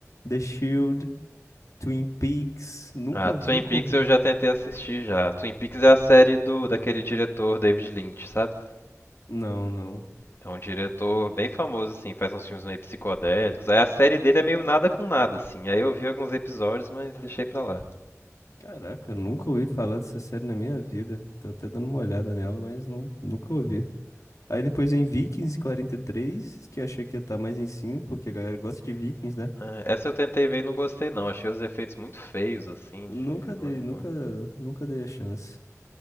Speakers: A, on the left; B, on the left.
A: The Shield, Twin Peaks, nunca
B: Ah, Twin
A: vi, nunca
B: Peaks
A: ouvi.
B: eu já tentei assistir já. Twin Peaks é a série do daquele diretor David Lynch, sabe?
A: Não, não.
B: É um diretor bem famoso assim, faz uns filmes meio psicodélicos. Aí a série dele é meio nada com nada assim. Aí eu vi alguns episódios, mas deixei pra lá.
A: Caraca, nunca ouvi falar dessa série na minha vida. Tô até dando uma olhada nela, mas não, nunca ouvi. Aí depois em Vikings 43, que eu achei que ia estar mais em cima, porque a galera gosta de Vikings, né?
B: Ah, Essa eu tentei ver e não gostei não. Achei os efeitos muito feios assim
A: Nunca
B: de logo
A: dei,
B: no
A: nunca,
B: começo.
A: nunca dei a chance.